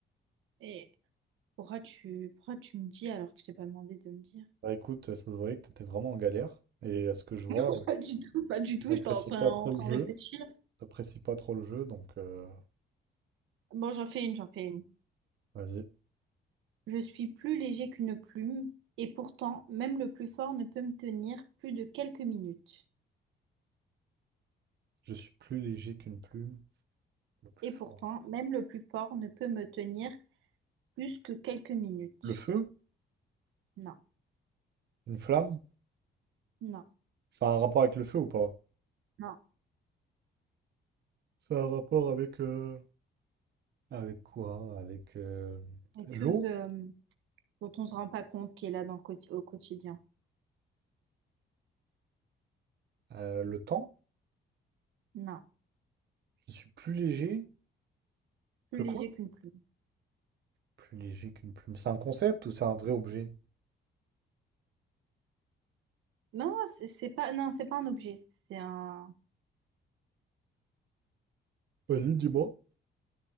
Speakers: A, on the right; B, on the right.
A: Et pourquoi tu, pourquoi tu me dis alors que je t'ai pas demandé de me dire?
B: Bah écoute, ça se voyait que t'étais vraiment en galère. Et à ce que je vois,
A: <laughs> Pas
B: tu
A: du tout, pas du tout.
B: n'apprécies
A: Je t'en- t'en-
B: pas trop
A: en train
B: le jeu.
A: de réfléchir.
B: T'apprécies pas trop le jeu, donc euh,
A: Bon, j'en fais une, j'en fais une.
B: vas-y.
A: Je suis plus léger qu'une plume, et pourtant, même le plus fort ne peut me tenir plus de quelques minutes.
B: Je suis plus léger qu'une plume. Le plus
A: Et
B: fort.
A: pourtant, même le plus fort ne peut me tenir plus que quelques minutes.
B: Le feu?
A: Non,
B: Une flamme?
A: non,
B: Ça a un rapport avec le feu ou pas?
A: non.
B: Ça a un rapport avec... euh, Avec quoi? Avec euh,
A: Quelque
B: l'eau?
A: chose euh, dont on ne se rend pas compte qui est là dans le quoti- au quotidien.
B: Euh, le temps?
A: Non.
B: Je suis plus léger
A: C'est Plus
B: que
A: léger
B: quoi?
A: qu'une plume.
B: Plus léger qu'une plume. C'est un concept ou c'est un vrai objet?
A: Non, c'est c'est pas, non, c'est pas un objet. C'est un,
B: Vas-y, dis-moi.